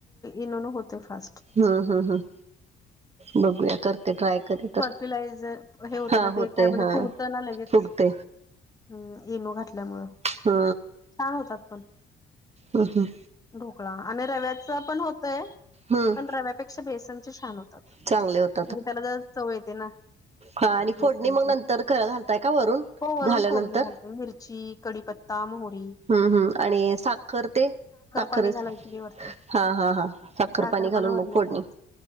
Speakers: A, on the left; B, on the right.
A: इनोन होते फर्स्ट
B: हम हम ह बघूया करते ट्राय करे तर
A: यटिलाझर हे होत
B: हा
A: ना
B: होते
A: ते काय म्हणजे
B: हा.
A: फवत ना लगेच
B: फुगते
A: हम् येनो घातल्यामुळं
B: हा
A: छ होतात पण
B: आ हां
A: ढोकळा आणि रव्याचा पण होतय
B: हम्म
A: पण रव्यापेक्षा बेसनचे छान होतात
B: चांगले होते.
A: म्हणजे त्याला जर चव येते ना
B: हा आणि
A: बसांची
B: फोडणी मग नंतर घालताय का वरून
A: हो वरून
B: झाल्यानंतर?
A: फोडणी घालते मिरची कडीपत्ती तम होरी
B: हम्म हम्म आणि साखर ते साखर
A: पाणी घालायची वरती
B: हा हा हा साखर
A: साखरपणा
B: पाणी घालून
A: वरण
B: मग फोडणी
A: करायच